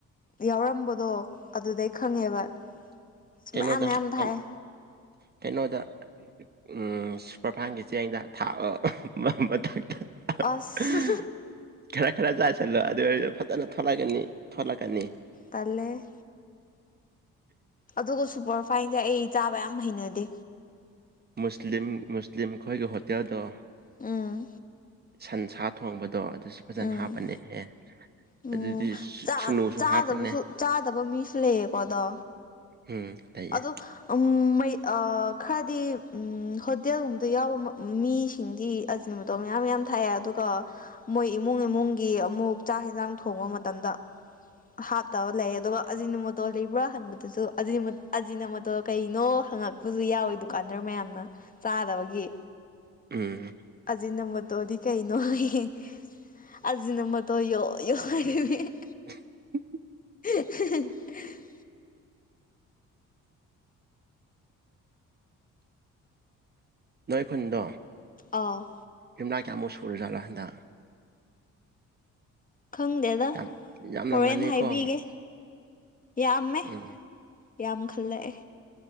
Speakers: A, on the left; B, on the right.
A: ꯌꯥꯎꯔꯝꯕꯗꯣ ꯑꯗꯨꯗꯩ ꯈꯪꯉꯦꯕ ꯑꯁ
B: ꯀꯩꯅꯣꯗ
A: ꯃꯌꯥꯝ ꯃꯌꯥꯝ
B: ꯍꯥꯞꯄꯦ
A: ꯊꯥꯛꯑꯦ
B: ꯀꯩꯅꯣꯗ ꯑꯥ ꯁꯨꯄꯔꯐꯥꯢꯟꯒꯤ ꯆꯦꯡꯗ ꯊꯥ <unintelligible>
A: ꯑꯁ
B: ꯈꯔ ꯈꯔ ꯆꯥꯁꯤꯜꯂꯣ ꯑꯗꯨ ꯑꯣꯏꯔꯁꯨ ꯐꯖꯅ ꯊꯣꯠꯂꯛꯀꯅꯤ ꯊꯣꯂꯛꯀꯅꯤ
A: ꯇꯜꯂꯦ ꯑꯗꯨꯒ ꯁꯨꯄꯔꯐꯥꯏꯟꯁꯦ ꯑꯩ ꯆꯥꯕ ꯌꯥꯝ ꯍꯩꯅꯗꯦ
B: ꯃꯨꯁꯂꯤꯝ ꯃꯨꯁꯂꯤꯝꯈꯣꯏꯒꯤ ꯍꯣꯇꯦꯜꯗꯣ
A: ꯎꯝ
B: ꯁꯟꯁꯥ ꯊꯣꯡꯕꯗꯣ ꯑꯗꯨꯁꯨ ꯐꯖꯅ
A: ꯎꯝ
B: ꯍꯥꯞꯄꯅꯦꯍꯦ
A: ꯎꯝ
B: ꯑꯗꯨꯗꯤ
A: ꯆꯥ
B: ꯁꯨꯅꯨꯁꯨ
A: ꯆꯥꯗꯕꯁꯨ
B: ꯍꯥꯞꯄꯅꯦ
A: ꯆꯥꯗꯕ ꯃꯤꯁꯨ ꯂꯩꯌꯦꯀꯣ ꯑꯗꯣ
B: ꯎꯝ ꯂꯩꯌꯦ
A: ꯑꯗꯣ ꯎꯝ ꯃꯩ ꯑꯥ ꯈꯗꯤ ꯎꯝ ꯍꯣꯇꯦꯜꯒꯨꯝꯕꯗ ꯌꯥꯎꯔꯝꯕ ꯃꯤꯁꯤꯡꯗꯤ ꯑꯖꯤꯅ ꯃꯣꯇꯣ ꯃꯌꯥꯝ ꯃꯌꯥꯝ ꯊꯥꯛꯑꯦ ꯑꯗꯨꯒ ꯃꯣꯏ ꯏꯃꯨꯡ ꯏꯃꯨꯡꯒꯤ ꯑꯃꯨꯛ ꯆꯥꯛ ꯍꯦꯟꯖꯥꯡ ꯊꯣꯡꯕ ꯃꯇꯝꯗ ꯍꯥꯞꯇꯕ ꯂꯩꯌꯦ ꯑꯗꯨꯒ ꯑꯖꯤꯅ ꯃꯣꯇꯣ ꯂꯩꯕ꯭ꯔꯥ ꯍꯪꯕꯗꯨꯁꯨ <unintelligible> ꯑꯖꯤꯅ ꯃꯣꯇꯣ ꯀꯩꯅꯣ ꯍꯪꯉꯛꯄꯁꯨ ꯌꯥꯎꯋꯤ ꯗꯨꯀꯥꯟꯗꯔ ꯃꯌꯥꯝꯅ ꯆꯥꯗꯕꯒꯤ
B: ꯎꯝ
A: ꯑꯖꯤꯅ ꯃꯣꯇꯣꯗꯤ ꯀꯩꯅꯣ ꯍꯥꯢꯌꯦ ꯑꯖꯤꯅ ꯃꯣꯠ ꯇꯣ <unintelligible>
B: <unintelligible>
A: <unintelligible>
B: ꯅꯣꯏ ꯈꯨꯟꯗꯣ
A: ꯑꯥꯎ
B: ꯌꯨꯝꯂꯥꯢ ꯀꯌꯥꯃꯨꯛ ꯁꯨꯔꯖꯥꯠꯔ ꯍꯟꯗꯛ
A: ꯈꯪꯗꯦꯗ
B: ꯌꯥꯝ ꯌꯥꯝꯂꯝꯃꯅꯤꯀꯣ
A: ꯍꯣꯔꯦꯟ ꯍꯥꯏꯕꯤꯒꯦ ꯌꯥꯝꯃꯦ
B: ꯎꯝ
A: ꯌꯥꯝꯈꯠꯂꯛꯑꯦ